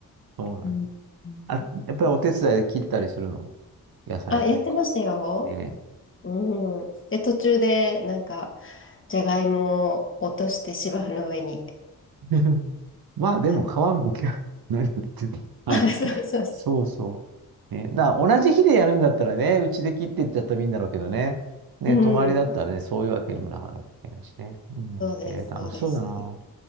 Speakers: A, on the right; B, on the left.
A: そうなん
B: うん。うん
A: だ。あ、やっぱりお手伝いで切ったりするの野菜とか。
B: あ、やってましたよ。
A: ね。
B: うん。で、途中で、なんか、じゃがいもを落として芝生の上に、
A: <laughs> まあでも皮むきは
B: なんか、
A: <laughs> 何を言ってるのはい。
B: <laughs> あ、そうそうそ
A: そうそう。ね。だから同じ日でやるんだったらね、うちで切っていっちゃったらいいんだろうけどね。ね、
B: う。う
A: 泊まりだったらね、
B: ん。
A: そういうわけにもなかなきゃいけないしね。うん。
B: そうです、
A: えー楽しそうだな。
B: そうです。